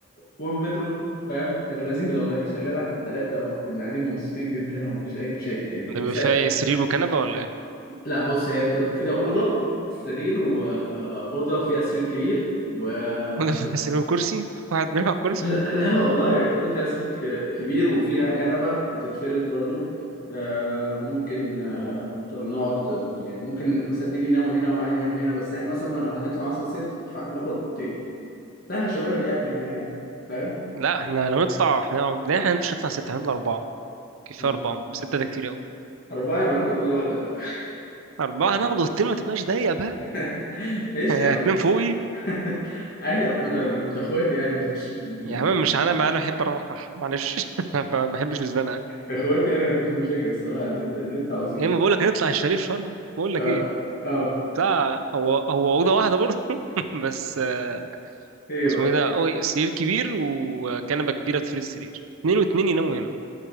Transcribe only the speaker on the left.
وان بيدروم فاهم كانت لذيذه والله كانت شايلانا احنا الثلاثه وكنا قاعدين مبسوطين جدا ومفيش اي مشاكل يعني
بس
لا بص هي بتبقى فيها أوضة سرير وأوضة فيها سرير كبير و <laughs>
لا, لا والله أوضة فيها سرير ك- كبير وفيها كنبة بتتفرد برضو آه، ممكن آه، نقعد آه، يعني ممكن مثلا اتنين يناموا هنا وواحد ينام هنا بس احنا مثلا لو هنطلع مثلا ست فاحنا ناخد اوضتين لا احنا شباب يعني يا جدعان فاهم
أنا
أربعة يبقى ناخد أوضة واحدة بقى
<laughs> ماشي
يا عم
<laughs> عادي عامة أنا- أنت إخواتي يعني أنا مش <laughs>
اخواتي انا مفيش مشاكل الصراحه اللي, انت اللي انت عاوزينه
اه
اه
ايه
بقى